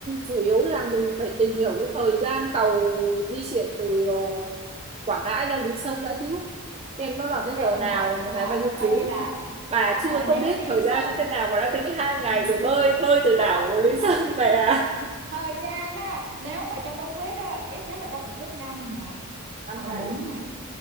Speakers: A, on the right; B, on the right.
A: chủ yếu là mình phải tìm hiểu cái thời gian tàu di chuyển từ ờ, Quảng Ngãi ra Lý Sơn đã chứ em nó vào
B: ok
A: cái giờ
B: thôi
A: nào
B: bỏ
A: mà
B: thôi
A: ngày
B: bỏ
A: bao nhiêu
B: coi
A: chuyến
B: như là
A: bà
B: tạm
A: chưa
B: thời nếu
A: có biết
B: đi
A: thời
B: Lý Sơn
A: gian như thế nào mà đã tính hai ngày
B: <laughs>
A: rồi bơi bơi từ
B: không
A: đảo Lý
B: th
A: Sơn về à
B: thời gian á nếu mà cho tao quyết á ít nhất là tao phải quyết 5 ngày
A: năm
B: hoặc
A: ngày
B: là bốn ngày